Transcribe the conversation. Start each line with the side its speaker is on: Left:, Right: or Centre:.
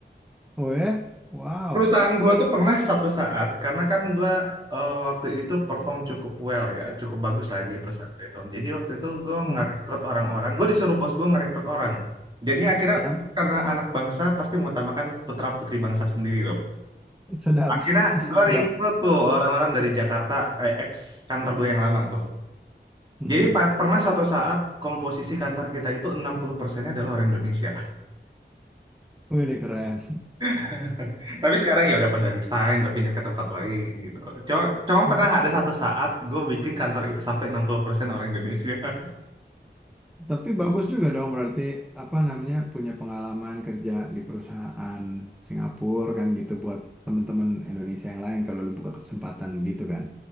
Centre: Oh ya, wow,
Right: <laughs> Perusahaan gua tuh pernah satu saat, karena kan gua eh, waktu itu perform cukup well ya, cukup bagus lah di perusahaan itu. Jadi waktu itu gua
Centre: Mm-mm.
Right: ngerekrut orang-orang, gua disuruh bos gua ngerekrut orang. Jadi akhirnya
Centre: Siap.
Right: karena anak bangsa pasti mengutamakan putra-putri bangsa sendiri dong.
Centre: sedap,
Right: Akhirnya gue
Centre: <laughs> sedap.
Right: rekrut tuh orang-orang dari Jakarta, eh, ex kantor gue yang lama tuh.
Centre: Mm-mm.
Right: Jadi pa- pernah suatu saat komposisi kantor kita itu enam puluh persennya adalah orang Indonesia.
Centre: Wih, ini keren.
Right: <laughs> Tapi sekarang ya udah pada resign, udah pindah ke tempat lain gitu. Cuma, cuma
Centre: Mm.
Right: pernah ada satu saat gue bikin kantor itu sampai enam puluh persen orang Indonesia. <laughs>
Centre: Tapi bagus juga dong berarti apa namanya punya pengalaman kerja di perusahaan Singapura kan gitu buat teman-teman Indonesia yang lain kalau lu buka kesempatan gitu kan.